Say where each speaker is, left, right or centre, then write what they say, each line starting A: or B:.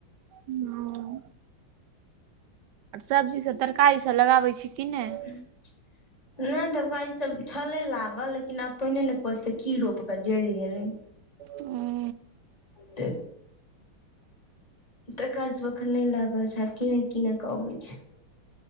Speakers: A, on the right (about 75°); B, on the left (about 20°).
A: हंऽऽ आर सब्जी सब तरकारीसभ लगाबै छी कि नहि
B: <unintelligible> नै तरकारी सभ छलै लागल लेकिन आब पाइने नै पडैछै तऽ की रोपबै जरि गेलै।
A: उम्म
B: ते तरकारी सब अखन नै लागल छै आब कीने कीने क अबै छै।